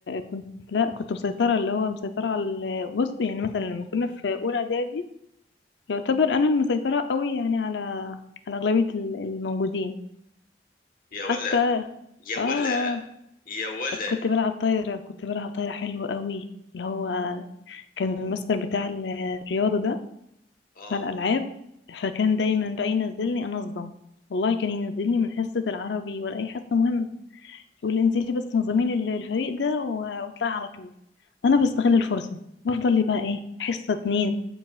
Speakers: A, on the left; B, on the left.
A: كنت لا كنت مسيطره اللي هو مسيطره على ال- بص يعني مثلا لما كنا في اولى اعدادي يعتبر انا المسيطره قوي يعني على على اغلبيه ال- الموجودين
B: يا
A: حتى
B: ولا يا
A: اه
B: ولا
A: آه،
B: يا ولا
A: كنت بلعب طايره كنت بلعب طايره حلوه قوي اللي هو كان المستر بتاع ال- الرياضه ده
B: اه
A: بتاع الالعاب فكان دايما بقى ينزلني انظم والله كان ينزلني من حصه العربي ولا اي حصه مهمه يقول لي انزلي بس نظمي لي الفريق ده واطلعي على طول انا بستغل الفرصه بفضل لي بقى ايه حصه اتنين